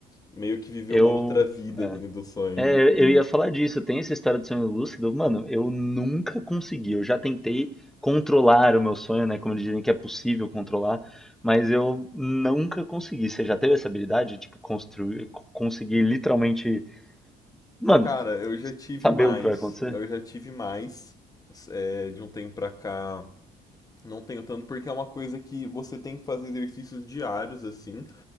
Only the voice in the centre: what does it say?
eu...
É,
é, eu ia falar disso, tem essa história do sonho lúcido, mano, eu nunca consegui, eu já tentei controlar o meu sonho, né, como eles dizem que é possível controlar, mas eu nunca consegui. Você já teve essa habilidade, tipo, construir, conseguir literalmente... Mano,
Saber
o que vai acontecer?